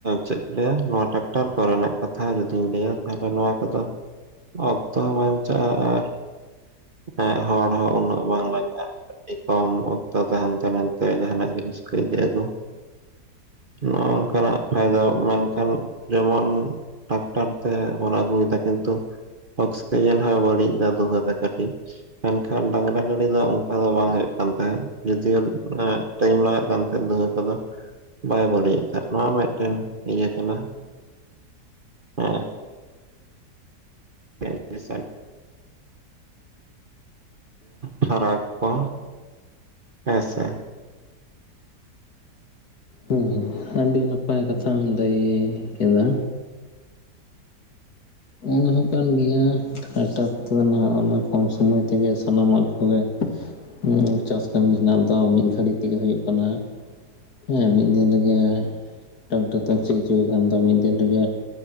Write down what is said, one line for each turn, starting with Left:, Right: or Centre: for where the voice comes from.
Right: ᱪᱮᱫ ᱠᱚ ᱞᱟᱹᱭᱼᱟ ᱱᱚᱣᱟ ᱴᱨᱟᱠᱴᱟᱨ ᱠᱚᱨᱮᱱᱟᱜ ᱠᱟᱛᱷᱟ ᱡᱩᱚᱫᱤᱧ ᱞᱟᱹᱭᱼᱟ᱾ ᱛᱟᱦᱚᱞᱮ ᱱᱚᱣᱟ ᱠᱚᱫᱚ ᱚᱠᱛᱚ ᱦᱚᱸ ᱵᱟᱧᱪᱟᱜᱼᱟ ᱟᱨ᱾ ᱮᱸ ᱦᱚᱲ ᱦᱚᱸ ᱩᱱᱟᱹᱜ ᱵᱟᱝ ᱞᱟᱜᱟᱜᱼᱟ᱾ ᱟᱹᱰᱤ ᱠᱚᱢ ᱚᱠᱛᱚ ᱛᱟᱦᱮᱸ ᱦᱟᱱᱛᱮ ᱱᱟᱛᱮ ᱡᱟᱦᱟᱱᱟᱜ ᱡᱤᱢᱤᱥᱠᱚ ᱹ ᱤᱫᱤ ᱟᱜᱩ᱾ ᱱᱚᱜ ᱱᱚᱝᱠᱟ ᱱᱟᱜ ᱯᱷᱟᱭᱫᱟ ᱢᱮᱱᱠᱷᱟᱱ ᱡᱮᱢᱚᱱ᱾ ᱴᱨᱟᱠᱴᱟᱨ ᱛᱮᱵᱚᱱ ᱟᱹᱜᱩᱭᱮᱫᱟ ᱠᱤᱱᱛᱩ ᱚᱠᱥᱤᱡᱮᱱ ᱦᱚᱸᱭ ᱵᱟᱹᱲᱤᱡ ᱫᱟ ᱫᱩᱣᱟᱹ ᱫᱟᱠᱟ᱾ ᱢᱮᱱᱠᱷᱟᱱ ᱰᱟᱝᱨᱟ ᱜᱟᱹᱰᱤ ᱫᱚ ᱚᱱᱠᱟ ᱫᱚ ᱵᱟᱝ ᱦᱩᱭᱩᱜ ᱠᱟᱱ ᱛᱟᱦᱮᱸᱫ ᱡᱩᱫᱤᱭᱳ᱾ ᱴᱟᱭᱤᱢ ᱞᱟᱜᱟᱜ ᱠᱟᱱ ᱛᱟᱦᱮᱸᱱᱟ ᱫᱚᱩᱦᱟᱹ ᱠᱚᱫᱚ᱾ ᱵᱟᱭ ᱵᱟᱹᱲᱤᱡᱮᱫ ᱠᱟᱜ ᱱᱚᱣᱟ ᱢᱤᱫᱴᱮᱱ ᱤᱭᱟᱹ ᱠᱟᱱᱟ ᱮ᱾ <unintelligible> ᱯᱷᱟᱨᱟᱠ ᱠᱚ ᱦᱮᱥᱮ᱾
Left: ᱦᱮᱸ ᱟᱹᱰᱤ ᱱᱟᱯᱟᱭ ᱠᱟᱛᱷᱟᱢ ᱞᱟᱹᱭ ᱠᱮᱫᱟ᱾ ᱚᱱᱟᱦᱚ ᱠᱟᱱ ᱜᱮᱭᱟ ᱴᱨᱟᱠᱴᱟᱨ ᱠᱚᱛᱮ ᱫᱚ ᱱᱟᱦᱟᱜ ᱚᱱᱟ ᱠᱚᱢ ᱥᱚᱢᱚᱭ ᱛᱮᱜᱮ ᱥᱟᱱᱟᱢᱟᱜ ᱠᱚᱜᱮ᱾ ᱦᱩᱸᱼᱪᱟᱥ ᱠᱟᱹᱢᱤ ᱨᱮᱱᱟᱜ ᱫᱚ ᱢᱤᱫ ᱜᱷᱟᱹᱲᱤᱡ ᱛᱮᱜᱮ ᱦᱩᱭᱩᱜ ᱠᱟᱱᱟ᱾ ᱦᱮᱸ ᱢᱤᱫ ᱫᱤᱱ ᱨᱮᱜᱮ᱾ ᱴᱟᱠᱴᱟᱨ ᱛᱮᱢ ᱥᱤ ᱦᱚᱪᱚᱭᱮ ᱠᱷᱟᱱ ᱫᱚ ᱢᱤᱫ ᱫᱤᱱ ᱨᱮᱜᱮ